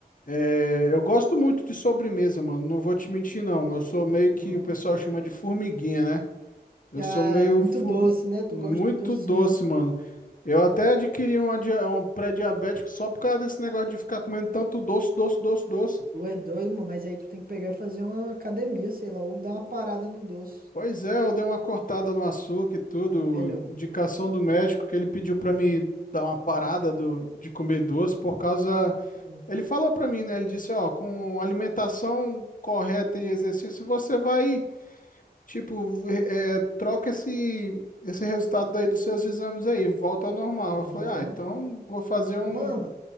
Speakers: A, on the left; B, on the right.
A: É, eu gosto muito de sobremesa, mano. Não vou te mentir, não. Eu sou meio que
B: Aham.
A: o pessoal chama de formiguinha, né? Eu
B: Ah,
A: sou meio
B: muito
A: fu-
B: doce, né? Tu
A: muito
B: gosta do docinho.
A: doce, mano. Eu até adquiri uma dia- um pré-diabético só por causa desse negócio de ficar comendo tanto doce, doce, doce, doce.
B: Tu é doido, mano, mas aí tu tem que pegar e fazer uma academia, sei lá, ou dar uma parada no doce.
A: Pois é, eu dei uma cortada no açúcar e tudo.
B: Ah, é melhor.
A: Indicação do médico que ele pediu pra me dar uma parada do- de comer doce por causa.
B: Sim.
A: Ele falou pra mim, né? Ele disse, ó, com alimentação correta e exercício, você vai Tipo, é, é, troca esse, esse resultado daí dos seus exames aí, volta ao normal. Eu falei,
B: Aham.
A: ah, então vou fazer um.
B: Mano,